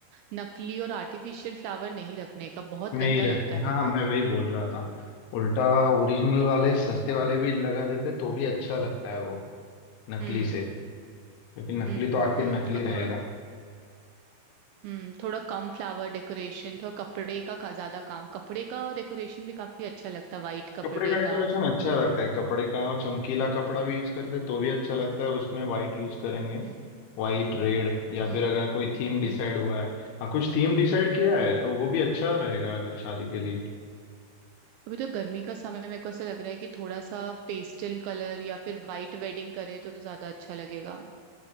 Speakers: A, on the right (about 80°); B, on the left (about 75°).
A: नकली और आर्टिफिशियल फ्लावर नहीं रखने का बहुत
B: नहीं
A: गंदा
B: रखने
A: लगता है
B: हाँ
A: मेरे
B: मैं
A: को
B: वही बोल रहा था उल्टा ओरिजिनल वाले सस्ते वाले भी लगा देते तो भी अच्छा लगता है वो नकली
A: हम्म
B: से क्योंकि नकली
A: हम्म
B: तो आखिर
A: हम्म
B: नकली
A: और
B: रहेगा
A: थोड़ा हम्म थोड़ा कम फ्लावर डेकोरेशन थोड़ा कपड़े का, का ज्यादा काम कपड़े का डेकोरेशन भी काफी अच्छा लगता है वाइट कपड़े
B: कपड़े का डेकोरेशन
A: का
B: अच्छा लगता है कपड़े का और चमकीला कपड़ा भी यूज करते हैं, तो भी अच्छा लगता है उसमें वाइट यूज करेंगे
A: हम्म
B: वाइट रेड या
A: हम्म
B: फिर अगर कोई थीम डिसाइड
A: हम्म।
B: हुआ है हाँ कुछ थीम डिसाइड किया है तो वो भी अच्छा रहेगा अगर शादी के लिए
A: अभी तो गर्मी का समय मेरे को ऐसा लग रहा है कि थोड़ा सा पेस्टल कलर या फिर वाइट वेडिंग करे तो ज्यादा अच्छा लगेगा